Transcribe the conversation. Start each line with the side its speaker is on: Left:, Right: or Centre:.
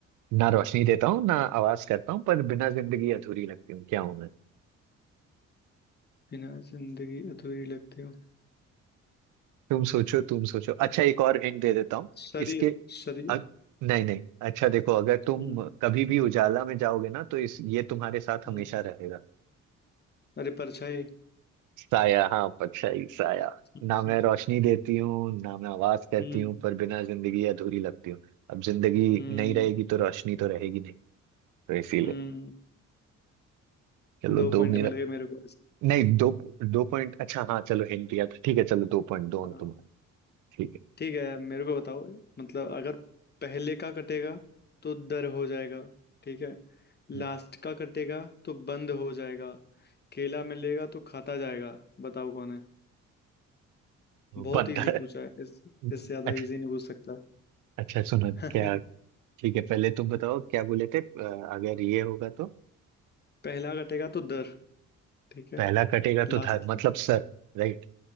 Right: ना रोशनी देता हूँ ना आवाज करता हूँ पर बिना जिंदगी अधूरी लगती हूँ क्या हूँ मैं
Left: बिना जिंदगी अधूरी लगती हूँ
Right: तुम सोचो तुम सोचो अच्छा एक और हिंट दे देता हूँ
Left: शरीर
Right: इसके
Left: शरीर
Right: अ, नहीं नहीं अच्छा देखो अगर तुम
Left: हम्म
Right: कभी भी उजाला में जाओगे ना तो इस ये तुम्हारे साथ
Left: हम्म
Right: हमेशा रहेगा
Left: अरे परछाई
Right: साया हाँ परछाई साया
Left: हम्म
Right: ना मैं रोशनी देती हूँ ना मैं आवाज करती
Left: हम्म
Right: हूँ पर बिना जिंदगी अधूरी लगती हूँ अब जिंदगी
Left: हम्म
Right: नहीं रहेगी तो रोशनी तो रहेगी नहीं तो इसीलिए
Left: हम्म।
Right: चलो
Left: दो
Right: दो
Left: पॉइंट
Right: मेरा
Left: मिल गए मेरे को इसमें
Right: नहीं दो दो पॉइंट अच्छा हाँ चलो हिंट दिया था ठीक है चलो दो पॉइंट दो
Left: हाँ
Right: अंक
Left: हाँ।
Right: तुम्हारे ठीक
Left: ठीक है मेरे को बताओ मतलब अगर पहले का कटेगा तो दर हो जाएगा ठीक है लास्ट
Right: है
Left: का कटेगा तो बंद हो जाएगा केला मिलेगा तो खाता जाएगा बताओ कौन है
Right: तो
Left: बहुत
Right: बंदर
Left: इजी पूछा है इस इससे
Right: <laughs>
Left: ज्यादा
Right: अच्छा
Left: इजी नहीं पूछ सकता
Right: अच्छा सुनो
Left: <laughs>
Right: क्या ठीक है पहले तुम बताओ क्या बोले थे अ, अगर ये होगा तो
Left: पहला कटेगा तो दर ठीक है
Right: पहला कटेगा
Left: लास्ट
Right: तो धर मतलब सर राइट